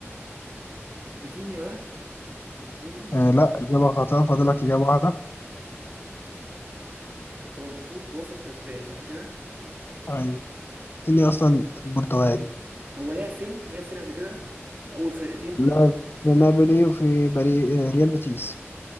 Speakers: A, on the right; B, on the left.
A: فيتينيا ده فيتينيا
B: آه لا إجابة خاطئة فاضلك إجابة واحدة
A: هو المفروض وسط اسباني صح كده
B: أيوة تاني أصلا برتغالي
A: هو لعب فين لعب فين قبل كده في اول فرقتين
B: لعب في نابولي وفي بري... آه، ريال بيتيس